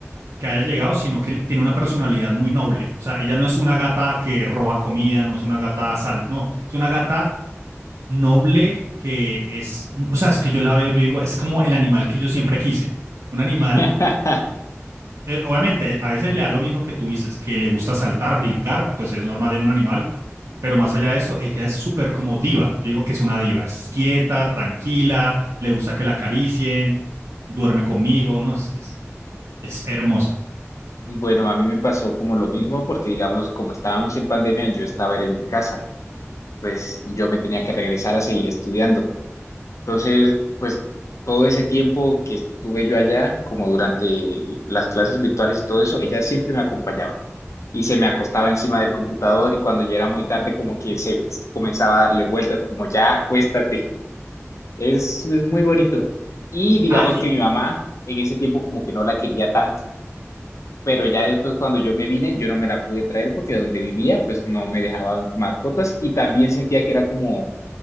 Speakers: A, on the right; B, on the left.
A: que haya llegado, sino que le- tiene una personalidad muy noble. O sea, ella no es una gata que roba comida, no es una gata sal, no, es una gata noble que es, mm, o sea, es que yo la veo, yo digo, es como el animal que yo siempre quise. Un animal,
B: <laughs>
A: eh, obviamente, a veces le da lo mismo que tú dices, que le gusta saltar, brincar, pues es normal en un animal, pero más allá de eso, ella es súper como diva. Yo digo que es una diva, es quieta, tranquila, le gusta que la acaricien, duerme conmigo, no, es, es, es hermosa.
B: Bueno, a mí me pasó como lo mismo porque, digamos, como estábamos en pandemia, yo estaba era en mi casa, pues yo me tenía que regresar a seguir estudiando. Entonces, pues todo ese tiempo que estuve yo allá, como durante las clases virtuales y todo eso, ella siempre me acompañaba y se me acostaba encima del computador y cuando ya era muy tarde, como que se comenzaba a darle vueltas, como ya, acuéstate. Es, es muy bonito. Y digamos
A: Ah, y,
B: que mi mamá en ese tiempo como que no la quería tanto, pero ya después cuando yo me vine, yo no me la pude traer porque donde vivía pues no me dejaban mascotas y también sentía que era como